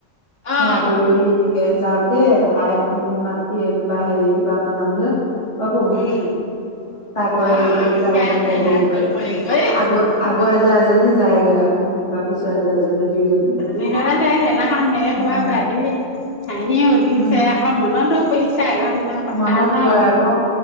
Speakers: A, on the left; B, on the left.
A: অ
B: সেৱা কৰি কৰি এনেকে যাওক দে আই মাতি এনো কি বা হেৰি কিবা এটা নাম লৈ <unintelligible>
A: উম
B: ক্ৰয়
A: অ
B: কৰি পেলাই
A: সেৱা
B: এনেকে
A: কৰি
B: হেৰি
A: হাত
B: কৰে
A: জোৰ কৰি কৰি
B: আগ আগুৱাই যায় যদি যায়গৈ আৰু বা পিছুৱাই যোৱা এজনীয়ে দুইজনীয়ে
A: হেনাখন হে খুৱা
B: উম
A: ভাবি হাঁহিয়ে উঠিছে
B: উম
A: আকৌ মনতো পৰিছে, আগৰ দিনৰ কথা
B: মনত
A: ন,
B: পৰে আকৌ